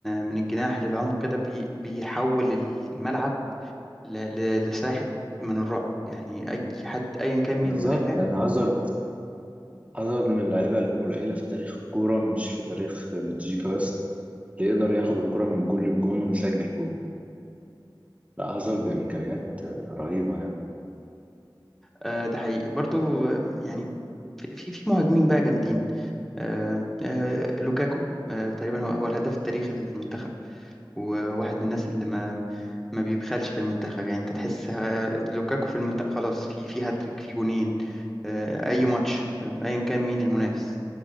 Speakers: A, in the centre; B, on the right.
A: من الجناح للعمق كده بي بيحول الملعب ل- ل- لساحه من الرعب يعني اي حد ايا كان مين
B: بالظبط
A: المدافع
B: لأن هازارد عدد من اللعيبة القليلة في تاريخ الكورة مش في تاريخ بلجيكا بس اللي يقدر ياخد الكرة من جول للجون ويسجل جون لا هازارد إمكانيات آه، رهيبة يعني
A: آه، ده حقيقي برضو آه، يعني في في في مهاجمين بقى جامدين آه، آه، لوكاكو آه، تقريبا هو هو الهداف التاريخي للمنتخب وواحد من الناس اللي ما ما بيبخلش في المنتخب يعني انت تحس آه، لوكاكو في المنتخب خلاص في في هاتريك في جونين آه، اي ماتش آه، ايا كان مين المنافس